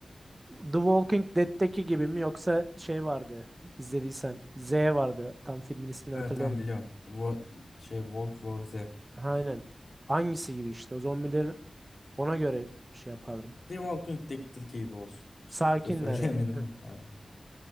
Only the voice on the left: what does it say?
Evet
tamam biliyorum. Wo- şey World War Z. The
Walking Dead'teki gibi olsun.
Çok da <laughs> söyleyemedim
de. Aynen.